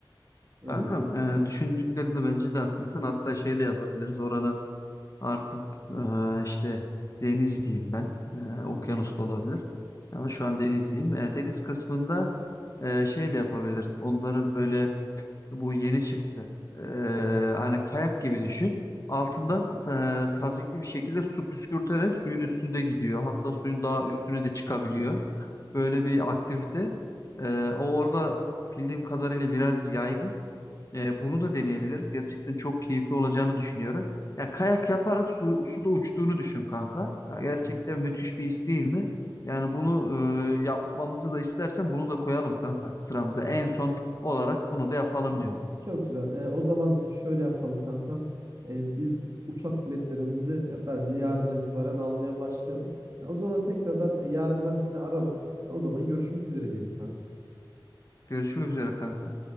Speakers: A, on the right; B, on the left.
A: Öyle
B: Kankam
A: diyeyim.
B: e, düşündüklerinde bence de haklısın. Hatta şey de yapabiliriz. Oranın artık e, işte deniz diyeyim ben. E, okyanus
A: Hı hı.
B: da olabilir. Ama şu an deniz diyeyim. E, deniz kısmında e, şey de yapabiliriz. Onları böyle Bu yeni çıktı. Ee, hani kayak gibi düşün. Altından
A: Hı hı.
B: e, tazikli bir şekilde su püskürterek suyun üstünde gidiyor. Hatta suyun daha üstüne de çıkabiliyor. Böyle bir aktivite. Ee, o orada bildiğim kadarıyla biraz yaygın. Ee, bunu da deneyebiliriz. Gerçekten çok keyifli olacağını düşünüyorum. Ya kayak yaparak su, suda uçtuğunu düşün kanka. Ya gerçekten
A: Hı hı.
B: müthiş bir his değil mi? Yani bunu e, yapmamızı da istersen bunu da koyalım kanka sıramıza. En son olarak bunu da yapalım
A: Tamam.
B: diyorum.
A: Çok güzel. Ee, o zaman şöyle yapalım kankam. Ee, biz uçak biletlerimizi ya, bence yarından itibaren almaya başlayalım. Ya, o zaman tekrardan e, yarın ben seni ararım. E, o zaman görüşmek üzere diyelim kankam.
B: Görüşmek üzere kanka.